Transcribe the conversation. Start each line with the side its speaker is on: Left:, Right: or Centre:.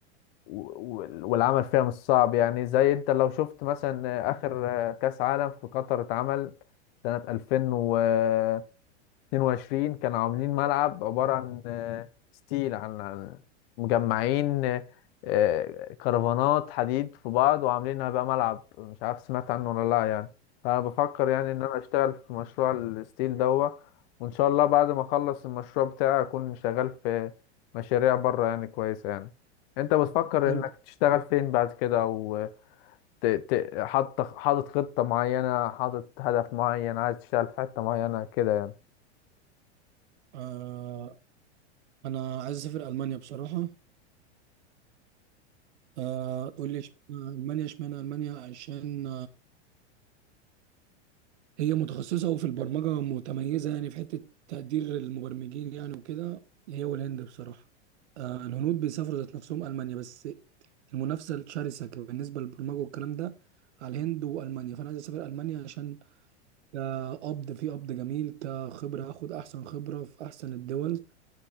Left: و... و- والعمل فيها مش صعب يعني زي انت لو شفت مثلا آه، آخر آه، كأس عالم في قطر اتعمل سنة 2000 و 22 كانوا عاملين ملعب عبارة عن آه، ستيل عن عن مجمعين آه، آه، كرفانات حديد في بعض وعاملينها بقى ملعب مش عارف سمعت عنه ولا لا يعني فأنا بفكر يعني إن أنا أشتغل في مشروع الستيل دوا وإن شاء الله بعد ما أخلص المشروع بتاعي أكون شغال في مشاريع بره يعني كويسة يعني أنت بتفكر
Right: حلو
Left: إنك تشتغل فين بعد كده أو ت- ت- حاطط حاطط خطة معينة حاطط هدف معين عايز تشتغل في حتة معينة كده يعني
Right: آه أنا عايز أسافر ألمانيا بصراحة آه قول لي إشمعنى ألمانيا إشمعنى ألمانيا عشان هي متخصصة وفي البرمجة متميزة يعني في حتة تقدير المبرمجين يعني وكده هي والهند بصراحة آه الهنود بيسافروا ذات نفسهم ألمانيا بس المنافسة الشرسة بالنسبة للبرمجة والكلام ده على الهند وألمانيا فأنا عايز أسافر ألمانيا عشان كقبض في قبض جميل كخبرة هاخد أحسن خبرة في أحسن الدول